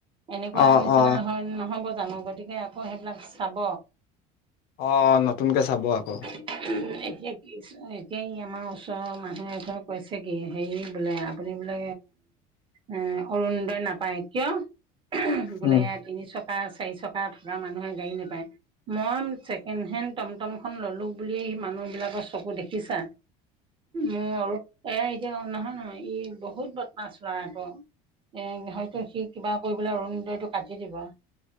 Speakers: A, on the right; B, on the left.
A: এনেকুৱা
B: অ
A: নিচিনা
B: অ
A: হয়, নহ'ব জানোঁ? গতিকে, আকৌ সেইবিলাক চাব।
B: অ'! নতুনকে চাব আকৌ।
A: <unintelligible> এতিয়া কি, এতিয়া আমাৰ ওচৰৰ মানুহ এঘৰে কৈছে কি! হেৰি বোলে আপুনি বোলে, এ, অৰুণোদয় নাপায়। কিয়? <unintelligible> বোলে
B: উম
A: এইয়া, তিনি চকা, চাৰি চকা থকা মানুহে গাড়ী না নাপায়। মই ছেকেণ্ড হেণ্ড, টম টম খন ললোঁ বুলিয়েই, মানুহ বিলাকৰ চকু দেখি দেখিছা? মোৰ আৰু এইয়া, এতিয়া নহয়, নহয়। ই বহুত বদমাছ ল'ৰা আকৌ! এ, হয়তো সি, কিবা কৰিবলৈ অৰুণোদয়টো কাটি দিব।